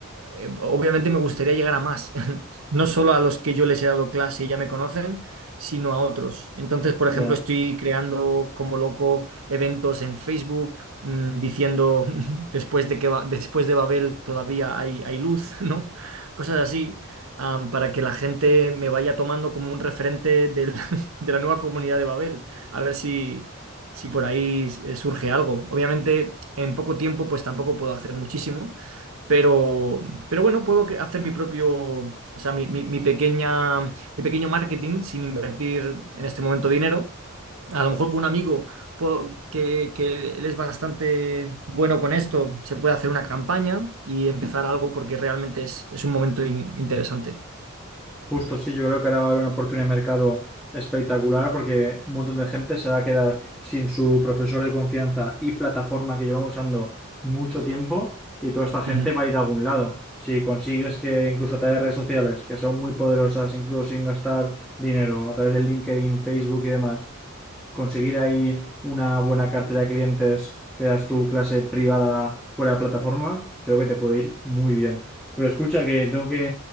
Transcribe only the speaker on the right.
eh, obviamente me gustaría llegar a más, <laughs> no solo a los que yo les he dado clase y ya me conocen, sino a otros. Entonces, por ejemplo,
estoy creando como loco eventos en Facebook, mm, diciendo <laughs> después de que Ba- después de Babel todavía hay, hay luz, <laughs> ¿no? Cosas así am, para que la gente me vaya tomando como un referente del- <laughs> de la nueva comunidad de Babel, a ver si, si por ahí eh, surge algo. Obviamente, en poco tiempo, pues tampoco puedo hacer muchísimo, pero, pero bueno, puedo cre- hacer mi propio, o sea, mi, mi- mi pequeña, mi pequeño marketing sin invertir en este momento dinero. A lo mejor con un amigo puedo- que, que él es bastante bueno con esto, se puede hacer una campaña y empezar algo porque realmente es, es un momento in- interesante.
Ujú.